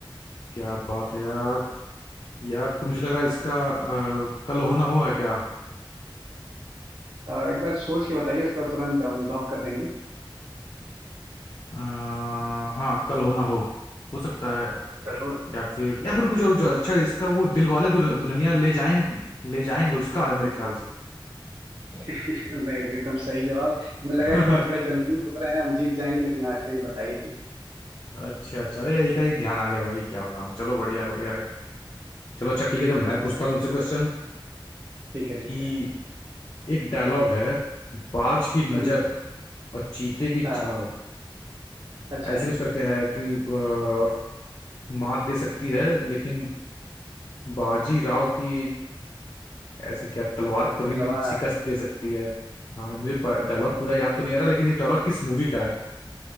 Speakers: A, on the left (about 45°); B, on the right (about 55°).
A: क्या बात है यार यार तो मुझे लग रहा है इसका अ, कल होना हो है क्या
B: अ, एक बार सोच के बताइए उसके बाद तुरंत हम लॉक कर देंगे
A: अ, हाँ कल होना हो हो सकता है
B: कल हो
A: या फिर या फिर कुछ और कुछ और। अच्छा इसका वो दिल वाले दुल्हनिया ले जाएंगे ले जाएंगे उसका है मेरे ख्याल से
B: <laughs> नहीं नहीं एकदम सही जवाब हमें लगा
A: <laughs>
B: कि आप थोड़े कंफ्यूज हो रहे हैं हम जीत जाएंगे लेकिन आखिरी में बता ही दिए
A: अच्छा अच्छा अरे यही का एक ध्यान आ गया भाई क्या बताऊँ चलो बढ़िया है, बढ़िया है। चलो अच्छा ठीक है तो मैं
B: नहीं नहीं
A: पूछता
B: सही
A: हूँ तुमसे क्वेश्चन
B: ठीक है ठीक
A: कि
B: है
A: एक डायलॉग है बाज की नजर
B: हम्म
A: और चीते की
B: हाँ
A: चाल
B: अच्छा
A: ऐसे कुछ करके है कि अ, और मात दे सकती है लेकिन बाजी राव की ऐसे क्या तलवार कभी
B: तलवार
A: भी शिकस्त दे सकती है हाँ मुझे डायलॉग पूरा याद तो नहीं आ रहा लेकिन ये डायलॉग किस मूवी का है